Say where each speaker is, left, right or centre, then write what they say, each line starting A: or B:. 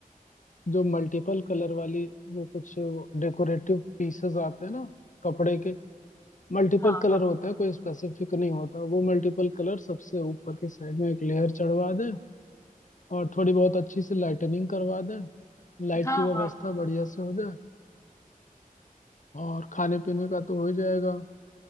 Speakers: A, on the left (about 60°); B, on the left (about 20°).
A: जो मल्टीपल कलर वाली वो कुछ डेकोरेटिव पीसेस आते हैं ना कपड़े के मल्टीपल
B: हाँ
A: कलर होता है कोई स्पेसिफिक नहीं होता वो मल्टीपल कलर सबसे ऊपर की साइड में एक लेयर चढ़वा दें और थोड़ी बहुत अच्छी सी लाइटनिंग करवा दें लाइट
B: हाँ
A: की व्यवस्था
B: हाँ हाँ
A: बढ़िया से हो जाए और खाने पीने का तो हो ही जाएगा